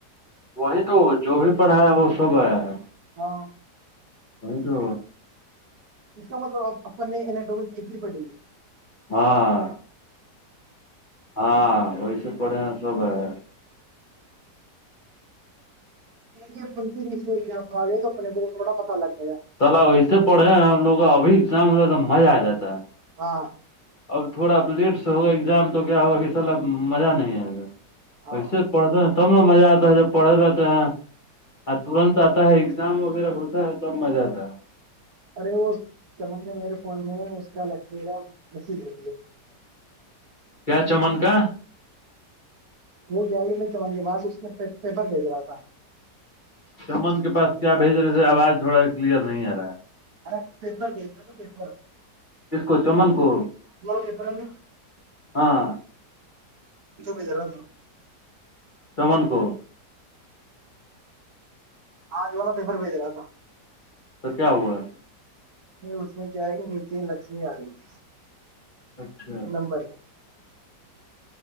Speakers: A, on the left; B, on the right.
A: وہی تو جو بھی پڑھایا وہ سب آیا ہے
B: ہاں
A: نہیں تو
B: اس کا مطلب آپ اپنے اٹو میں دیکھنی پڑیں گی
A: ہاں ہاں وہی سے پڑھے ہیں سب ہے
B: ے اپن ج آ گے تو اپنے بہت تھوڑا پتا لگا
A: سلا ویسے پڑھے ہیں ہم لوگ آب وہیزام ہوتا تھا مزہ آ جاتا ہے
B: ہ ہاں
A: اب تھوڑا اب لیٹ سے ہوگا ایگزام تو کیا ہوگا کہ سر اب مزہ نہیں آئے گا
B: ہاں
A: ایسے پڑھتے ہیں تب میں مزہ آتا ہے جب پڑے رہتے ہیں آ تورنت ایگزام وغیرہ ہوتا ہے سب ا جاتا ہے
B: ارے وہ چمندنے میرے فون میں اس کا لگے گا میسیجے
A: کیا چمن کا
B: وہ گیا میں تمن بات اس نے پیپر بھیج رہا تھا
A: چمن کے پاس کیا بھیج رہے تھے آواز تھوڑا کلیئر نہیں آ رہا ہے
B: ار پپر د پپر
A: جس کو چمن کو
B: پیپر ہے نا
A: ہاں
B: جو بھی ج رہا ن
A: سمن کو
B: آج والا پیفر بھیج رہا تھا
A: تو کیا ہوا
B: پ اس میں کیا ہے کہ نیچے لکشمی آ رہی تھی
A: اچھا
B: نمبر